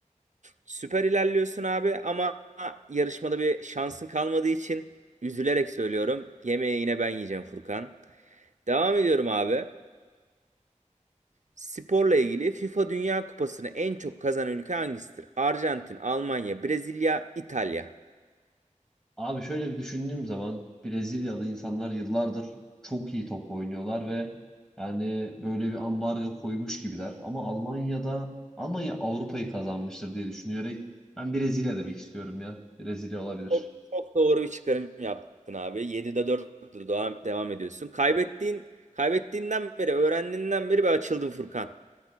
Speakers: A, on the right; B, in the centre.
A: Süper ilerliyorsun abi ama yarışmada bir şansın kalmadığı için üzülerek söylüyorum. Yemeği yine ben yiyeceğim Furkan. Devam ediyorum abi. Sporla ilgili FIFA Dünya Kupası'nı en çok kazanan ülke hangisidir? Arjantin, Almanya, Brezilya, İtalya.
B: Abi şöyle bir düşündüğüm zaman Brezilyalı insanlar yıllardır çok iyi top oynuyorlar ve yani böyle bir ambargo koymuş gibiler. Ama Almanya'da Almanya Avrupa'yı kazanmıştır diye düşünerek ben Brezilya demek istiyorum ya. Brezilya olabilir.
A: Çok, çok doğru bir çıkarım yaptın abi. Yedi'de 4'te devam, devam ediyorsun. Kaybettiğin kaybettiğinden beri, öğrendiğinden beri bir açıldın Furkan.